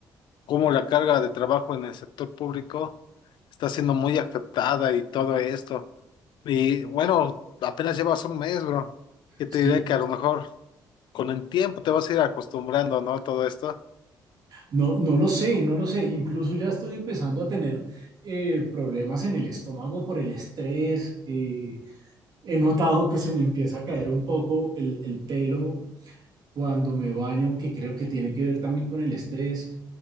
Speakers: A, on the left; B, on the right.
A: cómo la carga de trabajo en el sector público está siendo muy afectada y todo esto. Y bueno, apenas llevas un mes, bro, que te
B: Sí,
A: diré que a lo mejor con el tiempo te vas a ir acostumbrando, ¿no? Todo esto.
B: no, no lo sé, no lo sé. Incluso ya estoy empezando a tener eh, problemas en el estómago por el estrés. eh, he notado que se me empieza a caer un poco el, el pelo cuando me baño, que creo que tiene que ver también con el estrés.